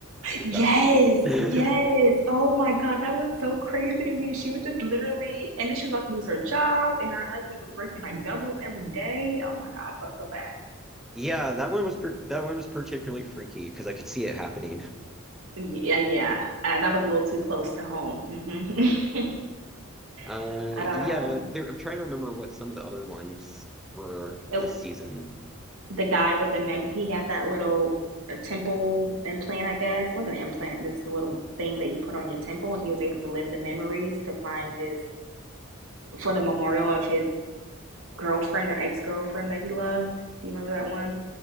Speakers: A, in the centre; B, on the right (about 80°).
A: Is
B: Yes,
A: that? <laughs>
B: yes. Oh my God, that was so crazy to me. She was just literally, and then she was about to lose her job, and her husband was working like doubles every day. Oh my God, I felt so bad.
A: Yeah, that one was per that one was particularly freaky because I could see it happening.
B: Yeah, yeah, uh, that was a little too close to home. hmm
A: Uh,
B: <laughs> I
A: yeah,
B: don't.
A: there, I'm trying to remember what some of the other ones were
B: It,
A: this season.
B: the guy with the mem, he had that little uh temple implant, I guess. It wasn't an implant. It's a little thing that you put on your temple, and he was able to live the memories to find his for the memorial of his girlfriend or ex girlfriend that he loved. Do you remember that one?